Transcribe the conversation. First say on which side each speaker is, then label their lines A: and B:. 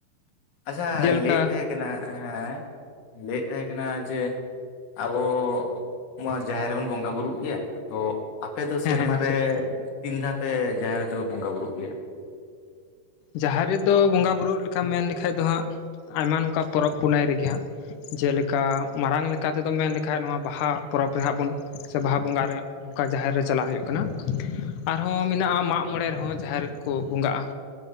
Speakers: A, on the left; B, on the left.
A: ᱟᱪᱪᱷᱟ
B: ᱡᱮᱞᱮᱠᱟ
A: ᱞᱟᱹᱭᱮᱫ ᱛᱟᱦᱮᱸ ᱠᱟᱱᱟ ᱦᱮᱸ ᱞᱟᱹᱭᱮᱫ ᱛᱟᱦᱮᱸ ᱠᱟᱱᱟ ᱡᱮ ᱟᱵᱚ ᱢᱟ ᱡᱟᱦᱮᱨ ᱨᱮᱵᱚᱱ ᱵᱚᱸᱜᱟ ᱵᱩᱨᱩᱜ ᱜᱮᱭᱟ ᱛᱚ ᱟᱯᱮ ᱫᱚ
B: ᱦᱮᱸ
A: ᱥᱮᱨᱢᱟᱨ
B: ᱦᱮᱸ ᱟᱪᱪᱷᱟ
A: ᱨᱮ
B: ᱟᱪᱪᱷᱟ
A: ᱛᱤᱱ ᱫᱷᱟᱣᱯᱮ ᱡᱟᱦᱮᱨ ᱨᱮᱫᱚᱯᱮ ᱵᱚᱸᱜᱟ ᱵᱩᱨᱩᱜ ᱜᱮᱭᱟ?
B: ᱡᱟᱦᱮᱨ ᱨᱮᱫᱚ ᱵᱚᱸᱜᱟ ᱵᱩᱨᱩᱜ ᱞᱮᱠᱟ ᱢᱮᱱ ᱞᱮᱠᱷᱟᱡ ᱫᱚ ᱦᱟᱸᱜ ᱟᱭᱢᱟ ᱱᱚᱝᱠᱟ ᱯᱚᱨᱚᱵᱽ ᱯᱩᱱᱟᱹᱭ ᱨᱮᱜᱮ ᱦᱟᱸᱜ, ᱡᱮᱞᱮᱠᱟ ᱢᱟᱨᱟᱝ ᱞᱮᱠᱟᱛᱮᱫᱚ ᱢᱮᱱ ᱞᱮᱠᱷᱟᱡ ᱱᱚᱣᱟ ᱵᱟᱦᱟ ᱯᱚᱨᱚᱵᱽ ᱨᱮᱦᱟᱸᱜ ᱵᱚᱱ ᱥᱮ ᱵᱟᱦᱟ ᱵᱚᱸᱜᱟᱨᱮ, ᱚᱱᱠᱟ ᱡᱟᱦᱮᱨ ᱨᱮ ᱪᱟᱞᱟᱜ ᱦᱩᱭᱩᱜ ᱠᱟᱱᱟ ᱟᱨᱦᱚᱸ ᱢᱮᱱᱟᱜᱼᱟ ᱢᱟᱜ ᱢᱚᱬᱮ ᱨᱮᱦᱚᱸ ᱡᱟᱦᱮᱨ ᱨᱮ ᱠᱚ ᱵᱚᱸᱜᱟᱜᱼᱟ,